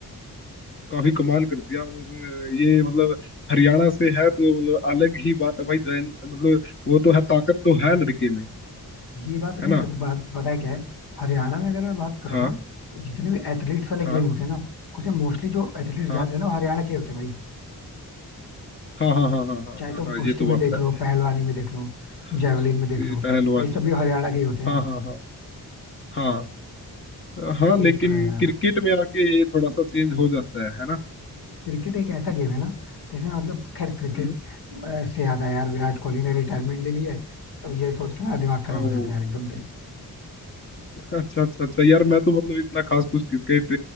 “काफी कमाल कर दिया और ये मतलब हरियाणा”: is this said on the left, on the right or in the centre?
Left